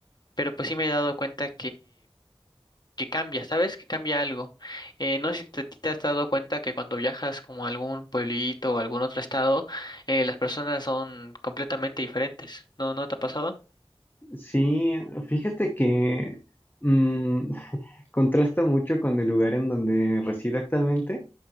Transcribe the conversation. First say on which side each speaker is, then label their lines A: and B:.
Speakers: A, on the left; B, on the left.
A: pero pues sí me he dado cuenta que cambia, ¿sabes? Que cambia algo. Eh, no sé si te, te has dado cuenta que cuando viajas como a algún pueblito o algún otro estado, eh, las personas son completamente diferentes. ¿No, no te ha pasado?
B: Sí, fíjate que mm, <laughs> contrasta mucho con el lugar en donde resido actualmente,